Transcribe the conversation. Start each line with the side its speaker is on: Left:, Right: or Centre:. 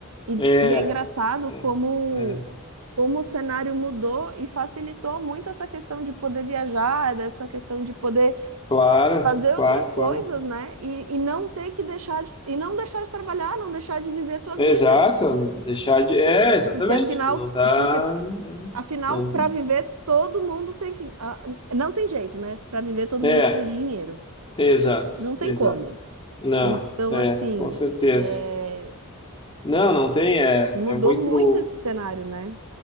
Right: E,
Left: é,
Right: e é engraçado
Left: é,
Right: como,
Left: é.
Right: como o cenário mudou e facilitou muito essa questão de poder viajar, dessa questão de poder
Left: Claro,
Right: fazer
Left: claro,
Right: outras coisas,
Left: claro.
Right: né? E, e não ter que deixar de, e não deixar de trabalhar, não deixar de viver a tua
Left: Exato,
Right: vida.
Left: deixar de. É, exatamente.
Right: Porque afinal,
Left: Não tá.
Right: porque
Left: É,
Right: Afinal,
Left: não.
Right: para viver, todo mundo tem que. ah, Não tem jeito, né? Para viver, todo
Left: É,
Right: mundo precisa de dinheiro.
Left: exato,
Right: Não
Left: exato.
Right: tem como.
Left: Não,
Right: Então,
Left: é,
Right: assim,
Left: com certeza.
Right: é,
Left: Não, não tem, é,
Right: mudou
Left: é muito.
Right: muito esse cenário, né?